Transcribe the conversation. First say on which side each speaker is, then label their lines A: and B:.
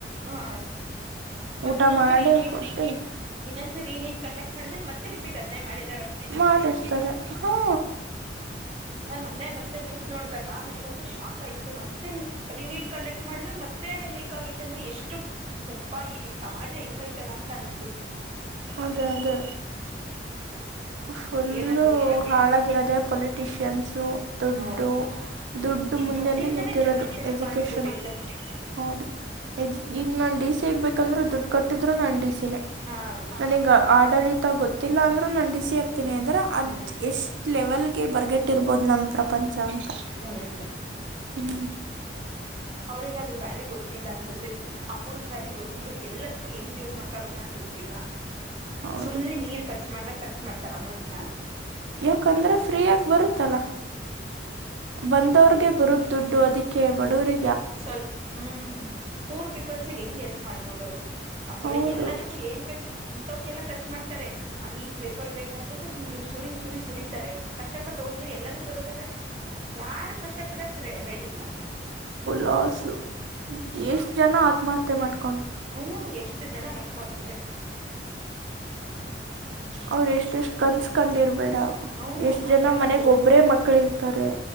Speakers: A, on the right (about 35°); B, on the right (about 85°).
A: ಹಾ ಮತ್ತ
B: ಊಟ
A: ಇನ್ನೊಂದ್ಸರಿ
B: ಮಾಡಿ
A: ನೀಟ್
B: ಕೊಟ್ಟು
A: ಇನ್ನೊಂದ್ಸರಿ ನೀಟ್ ಕಂಡಕ್ಟ್ ಮಾಡಿದ್ಮೇಲೆ ಮತ್ತೆ ರಿಪೀಟ್ ಅದ್ೇ ಮಾಡಿದ
B: ಮಾಡಿರ್ತಾರೆ ಹಾ
A: ನಾನ್ ಮೊನ್ನೆ ಮತ್ತೆ ನ್ಯೂಸ್ ನೋಡ್ದಾಗ ನನಗಂತೂ ಶಾಕ್ ಆಯ್ತು ಮತ್ತೆರಿ ಕಂಡಕ್ಟ್ ಮಾಡಿದ್ರೆ ಮತ್ತೆ ಲೀಕ್ ಆಗೈತೆ ಅಂದ್ರೆ ಎಷ್ಟು ಎಪ್ಪಾ ಈ ಸಮಾಜ ಹೆಂಗೈತಲ್ಲ ಅಂತ ಅನ್ಸ
B: ಅದ ಅಂದು ಫುಲ್ಲು
A: ಏನಾದ್ರು ಬಗ್ಗೆ
B: ಹಾಳಾಗಿರೋದೆ ಪೊಲಿಟಿಷಿಯನ್ಸ ದುಡ್ಡು
A: ಹ
B: ದುಡ್ಡು
A: ಈ
B: ಮುಂದೆನೇ
A: ದುಡ್ಡಿಂದಾನೇ
B: ನಿಂತಿರೋದು
A: ಜಗತ್ತೇನಪ್ಪಾ
B: ಎಜುಕೇಷನ್
A: ಅಂಚ್ಬಿಟ್ಟೈತೆ
B: ಹೌದು ಎ್ ಈಗ ನಾನ್ ಡಿ ಸಿ ಆಗ್ ಬೇಕಂದ್ರೆ ದುಡ್ಡು ಕೊಟ್ಟಿದ್ರು ನಾನ್ ಸಿನೆ
A: ಹಾ ಹೌದು
B: ನಾನೀಗ ಆಡಳಿತ ಗೊತ್ತಿಲ್ಲ ಅಂದ್ರೆ ನಾನ ಿಸಿ ಹಾಕ್ತೀನಿ ಅಂದ್ರೆ ಅ್
A: ಹ್ಮ್
B: ಎಷ್ಟ್ ಲೆವೆಲ್ಗೆ ಬರ್ಗೆಟ್ರ್ಬ ಪೊದನ್ನ ಪ್ರಪಂಚ ಅಂತ
A: ಹ್ಮ್
B: ಹ್ಮ್.
A: ಅವ್ರಗ ಆದ್ರೂ ವ್ಯಾಲ್ಯೂ ಗೊತ್ತಿಲ್ಲ ಅನ್ಸುತ್ತಿದ ಅಮೌಂಟ್ ವ್ಯಾಲ್ಯೂ ಗೊತ್ತಿದ್ರೆ ಎಲ್ಲದಕ್ಕೂ ಹೆಂಗ್ ಯೂಸ್ ಮಾಡ್ಕೋಬೇಕ ಅನ್ನೋದು ಗೊತ್ತಿಲ್ಲ
B: ಹೌದು
A: ಸುಮ್ನೆ ನೀರ್ ಖರ್ಚು ಮಾಡ್ದಂ ಖರ್ಚು ಮಾಡ್ತಾರ ಅಮೌಂಟ್ನ
B: ಯಾಕಂದ್ರೆ ಫ್ರೀಯಾಗಿ ಬರುತ್ತಲ್ಲ ಬಂದವ್ರಗೆ
A: ಎ
B: ಬರುದ ದುಡ್ಡು ಅದಕ್ಕೆ ಕೇಬಡೂರೆ
A: ಸ್ವಲ್ ಹ್ಮ್ ಪೂರ್ ಪೀಪಲ್ಸ್ಗೆ ಹೆಂಗ್ ಹೆಲ್ಪ್ ಮಾಡ್ಬೋದ ಅವರು ಅಪ್ಪೊಲಿ
B: ಹೌದು
A: ಎಲ್ಲದಕ್ಕೂ
B: ಹ್ಮ್.
A: ಏನ್ ಬೇಕು ಇಂಥವಕ ಎಲ್ಲ ಖರ್ಚು ಮಾಡ್ತಾರೆ ಆ ನೀಟ್ ಪೇಪರ್ ಬೇಕ ಅನ್ನೋದಕ್ಕೂ ಸು್ಡ್ ಸುರಿ ಸುರಿ ಸುರತಾರೆ ಕಷ್ಟಪಟ್ಟುೋಗ ಕುದಿದ್ರರು ಎಲ್ಲದು ಬರುದ ತಾನೆ ಯಾರು ಕಷ್ಟ ಪಡಕ್ ರ ರೆಡಿ ಇಲ್ಲ
B: ಲಾಸ್ು ಎಷ್ಟು ಜನ ಆತ್ಮಹತ್ಯೆ ಮಾಡ್ಾರೆ
A: ಹ್ಮ ಎಷ್ಟು ಜನ ಎಪ್ಪ ದೇವ್ರೆ ಹ
B: ಅವ್ರ ಎಷ್ಟ ಎಷ್ಟು ಕನ್ಸ್ಕಂಡಿರ್ಬೇಡ
A: ಹ್ಞೂ
B: ಎಷ್ಟ್
A: ಕಷ್ಟಪಟ್ಟು
B: ಜನ ಮನೆಗ್
A: ಓದಿರ್ತಾರೆ
B: ಒಬ್ರೇ ಮಕ್ಳ ಇರ್ತಾರೆ